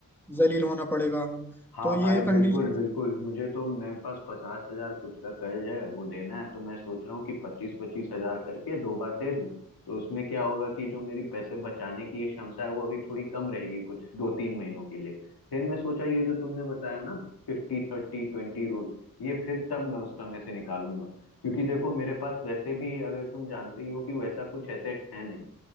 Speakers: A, in the centre; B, on the left (about 85°).
A: जलील होना पड़ेगा
B: हाँ
A: तो ये
B: भाई
A: कंडीशन
B: बिल्कुल बिल्कुल मुझे तो मेरे पास पचास हजार कुछ का कर्ज है वो देना है तो मैं सोच रहा हूँ कि पच्चीस पच्चीस हजार करके दो बार दे दूं तो उसमें क्या होगा कि जो मेरी पैसे बचाने की ये क्षमता है वो अभी थोड़ी कम रहेगी कुछ दो तीन महीनों के लिए फिर मैं सोचा ये जो तुमने बताया ना फिफ्टी थर्टी ट्वेंटी रूल ये फिर तब मैं उस समय से निकालूंगा क्योंकि देखो मेरे पास वैसे भी अगर तुम जानते ही हो कि वैसा कुछ एसेट्स है नहीं